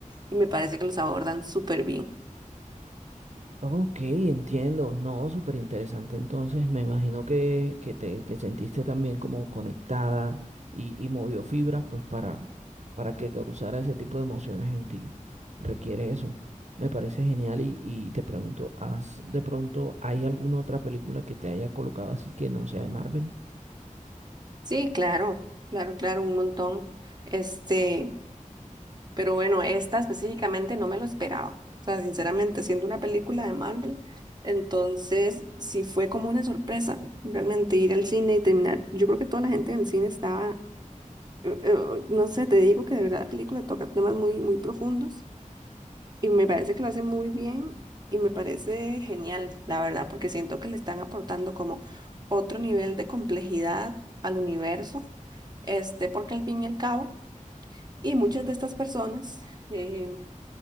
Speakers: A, on the right; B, on the right.
A: y me parece que los abordan súper bien.
B: Ok, entiendo. No, súper interesante. Entonces, me imagino que, que te que sentiste también como conectada y, y movió fibras, pues para, para que causara ese tipo de emociones en ti. Requiere eso. Me parece genial y, y te pregunto, ¿has de pronto hay alguna otra película que te haya colocado así que no sea de Marvel?
A: Sí, claro, claro, claro, un montón. Este, Pero bueno, esta específicamente no me lo esperaba. O sea, sinceramente, siendo una película de Marvel, entonces sí fue como una sorpresa realmente ir al cine y terminar. Yo creo que toda la gente en el cine estaba, eh, eh, no sé, te digo que de verdad la película toca temas muy, muy profundos y me parece que lo hace muy bien y me parece genial, la verdad, porque siento que le están aportando como otro nivel de complejidad al universo, este, porque al fin y al cabo, y muchas de estas personas. eh,